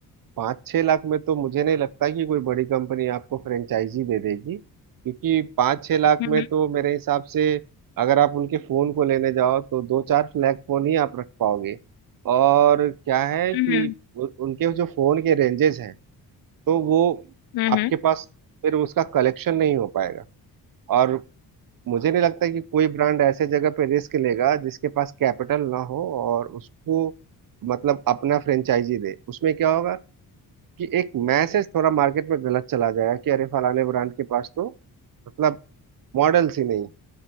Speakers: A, on the right; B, on the left.
A: पाँच छह लाख में तो मुझे नहीं लगता कि कोई बड़ी कंपनी आपको फ्रेंचाइजी दे देगी क्योंकि पाँच छह लाख
B: हम्म
A: में तो मेरे हिसाब से अगर आप उनके फोन को लेने जाओ तो दो चार फ्लैग फोन ही आप रख पाओगे और क्या है कि
B: हम्म
A: उ- उनके जो फोन के रेंजेस हैं तो वो
B: हम्म
A: आपके
B: हम्म
A: पास फिर उसका कलेक्शन नहीं हो पाएगा और मुझे नहीं लगता कि कोई ब्रांड ऐसे जगह पे रिस्क लेगा जिसके पास कैपिटल ना हो और उसको मतलब अपना फ्रेंचाइजी दे उसमें क्या होगा कि एक मैसेज थोड़ा मार्केट में गलत चला जाएगा कि अरे फलाने ब्रांड के पास तो मतलब मॉडल्स ही नहीं